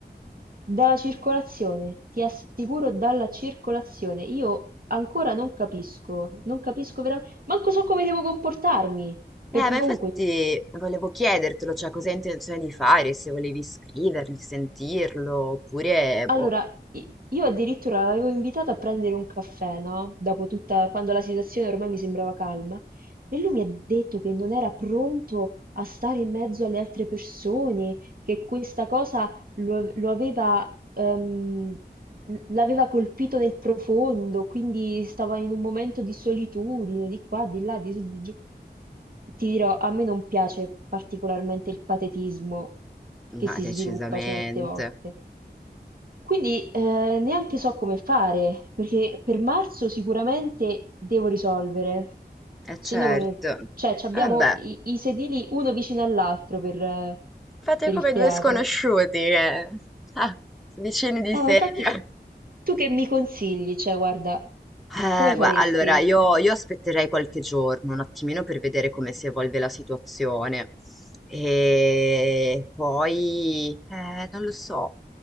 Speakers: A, on the right; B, in the centre.
A: Dalla circolazione, ti assicuro dalla circolazione. Io ancora non capisco, non capisco veramente, manco so come devo comportarmi, perché
B: Eh, ma
A: comunque
B: infatti volevo chiedertelo, cioè, cosa hai intenzione di fare, se volevi scrivergli, sentirlo, oppure...
A: Allora,
B: Boh,
A: i- io addirittura l'avevo invitato a prendere un caffè, no? Dopo tutta, quando la situazione ormai mi sembrava calma, e lui mi ha detto che non era pronto a stare in mezzo alle altre persone, che questa cosa lo, lo aveva, ehm, l'aveva colpito nel profondo, quindi stava in un momento di solitudine, di qua, di là, di su, di giù. Ti dirò, a me non piace particolarmente il patetismo che
B: ma
A: si
B: decisamente.
A: sviluppa certe volte. Quindi eh, neanche so come fare, perché per marzo sicuramente devo risolvere.
B: Eh
A: Essendo
B: certo.
A: come, cioè, ci abbiamo
B: Eh beh,
A: i, i sedili uno vicino all'altro per, eh,
B: fate
A: per
B: come
A: il teatro.
B: due sconosciuti, che... ah, vicini di
A: Eh,
B: sedia.
A: ma infatti, tu che mi consigli? Cioè, guarda,
B: Eh,
A: come faresti?
B: gua- allora, io, io aspetterei qualche giorno, un attimino per vedere come si evolve la situazione. E poi, eh, non lo so,